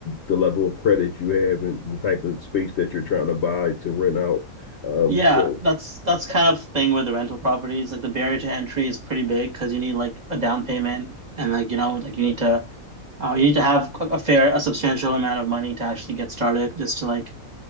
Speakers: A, on the left; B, on the right.
A: the level of credit you have and the type of space that you're trying to buy to rent out. Um,
B: Yeah,
A: so
B: that's that's kind of the thing with the rental properties. Like the barrier to entry is pretty big because you need like a down payment and like you know like you need to uh, you need to have a fair a substantial amount of money to actually get started just to like